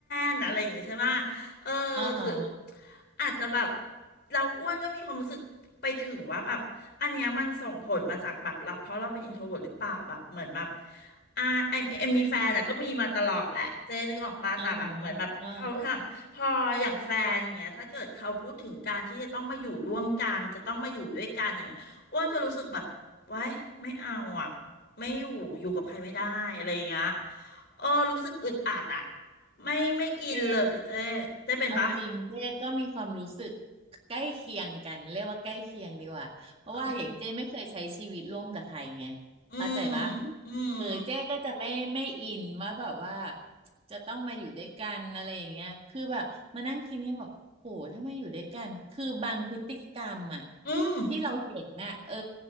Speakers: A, on the left; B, on the right.
A: นอะไรอย่างงี้ใช่ปะ เออ
B: อ่าฮะ
A: คืออาจจะแบบเราอ้วนก็มีความรู้สึกไปถึงว่าแบบอันเนี้ยมันส่งผลมาจากแบบรับเพราะเราเป็นอินโทรเวิร์หรือเปล่าแบบเหมือนแบบอ่าไอเอ็มมีแฟนอะก็มีมาตลอดแหละเจนึกออกปะแต่แบบเหมือนแบบเขาทำพออย่างแฟนอย่างเงี้ยถ้าเกิดเขาพูดถึงการที่จะต้องมาอยู่ร่วมกันจะต้องมาอยู่ด้วยกันอย่างเงี้ยอ้วนจะรู้สึกแบบไว้ายไม่เอาอะ
B: อ่าฮะอ่า
A: ไม่อยู่อยู่กับใครไม่ได้อะไรอย่างเงี้ย เออรู้สึกอึดอัดอะไม่ไม่อินเลยเจ๊
B: เจ๊
A: เจ๊เป็นปะ
B: เอาจริงเจ๊ก็มีความรู้สึกใกล้เคียงกันเรียกว่าใกล้เคียงดีกว่าเพราะว่าอย่างเจ๊ไม่เคยใช้ชีวิตร่วมกับใครไง
A: เอออืม
B: เข้าใจปะ
A: อืม
B: เออเจ๊ก็จะไม่ไม่อินว่าแบบว่าจะต้องมาอยู่ด้วยกันอะไรอย่างเงี้ยคือแบบมานั่งคิดนี่บอกโหถ้ามาอยู่ด้วยกันคือบางพฤติกรรมอะ
A: อืม
B: ที่เราเห็นน่ะเออ